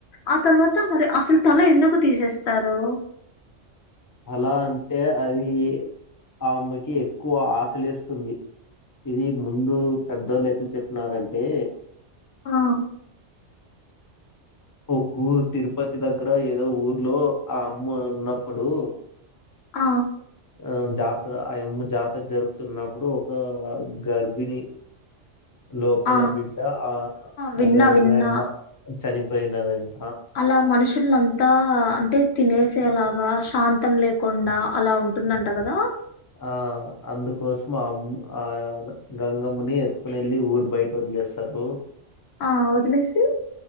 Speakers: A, on the left (about 65°); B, on the left (about 30°).
A: ఆ తర్వాత మరి అసలు తల ఎందుకు తీసేస్తారు.
B: అలా అంటే అది ఆ అమ్మకి ఎక్కువ ఆకలెస్తుంది ఇది ముందు పెద్దోళ్ళు ఎట్ల చెప్పినారంటే
A: ఆ
B: ఒక్కో తిరుపతి దగ్గర ఏదో ఊర్లో ఆ అమ్మ ఉన్నప్పుడు
A: ఆ
B: ఆ జాతర ఆయమ్మ జాతర జరుపుతున్నప్పుడు ఒక గర్భిణి లోపల
A: ఆ
B: బిడ్డ ఆ
A: విన్నా
B: గర్బ్యమ్మ
A: విన్నా
B: చనిపో పోయినాదండి.
A: అలా మనుషుల్లంతా అంటే తినేసేలాగా శాంతం లేకుండా అలా ఉంటుందంట కదా
B: ఆ అందుకోసం ఆమ్మ ఆ గంగమ్నని ఎత్తుకుని వెళ్ళి ఊరు బయట వదిలేస్తారు.
A: ఆ వదిలేసి